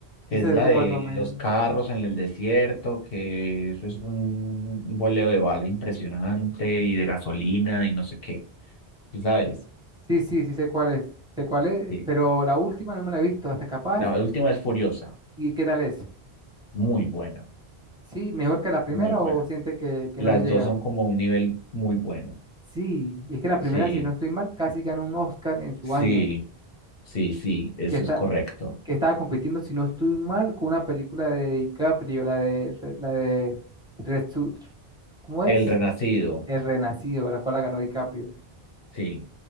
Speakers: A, on the left; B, in the centre.
A: que
B: Esa
A: es
B: salió
A: la
B: como
A: de
B: el dos mil.
A: los carros en el desierto, que eso es un boleo de bala impresionante y de gasolina y no sé qué. ¿Sí ¿Sabes?
B: Sí, sí, sí sé cuál es. Sé cuál es,
A: Sí.
B: pero la última no me la he visto. Hasta capaz.
A: La última es Furiosa,
B: ¿Y qué tal es?
A: muy buena,
B: ¿Sí? ¿Mejor que la primera
A: muy buena.
B: o siente que, que
A: Las
B: no le llega?
A: dos son como un nivel muy bueno.
B: Sí, y es que la primera,
A: Sí,
B: si no estoy mal, casi ganó un Oscar en su
A: sí,
B: año,
A: sí, sí, eso
B: que está,
A: es correcto.
B: que estaba compitiendo, si no estoy mal, con una película de DiCaprio, la de, Re- la de Resu- ¿cómo es?
A: El Renacido,
B: El Renacido, la cual la ganó DiCaprio.
A: sí,